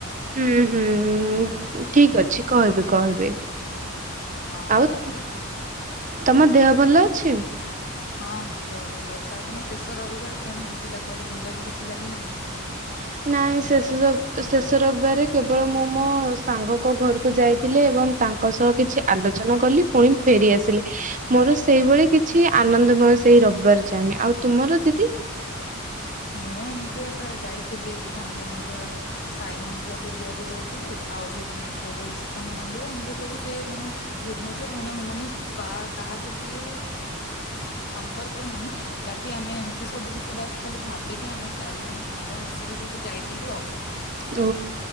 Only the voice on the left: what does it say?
ହଁ
ହଉ
ହଁ ମୋର ଦେହ ଭଲ ଅଛି ଆଉ ତମ ଶେଷ ରବିବାର କେମିତି ଥିଲା କୁଆଡେ ବୁଲାବୁଲି ଥିଲା କି ନାଇଁ।
ମୁଁ ଏମିତି ଏକ ଯାଇଥିଲି ଭଞ୍ଜନଗର ସାଇ ମନ୍ଦିର ବୁଲିବାକୁ ଯାଇଥିଲି ଆଉ ଭୁବନେଶ୍ଵରର ଇସ୍କନ ମନ୍ଦିର ଏମିତି ସବୁ ସେ ମାନେ ଭୁବନେଶ୍ୱର ଭହନ ମାନେ କ କାହାକୁ କିଏ ସମ୍ପର୍କ ନାହିଁ ବାକି ଆମେ ସବୁ କିଛି ବାସ୍ ଖାଲି ଭାବିକି ଆମେ ଚାରି ଜଣ ସାଙ୍ଗ ମିଶିକି ସବୁ ଯାଇଥିଲୁ ଆଉ।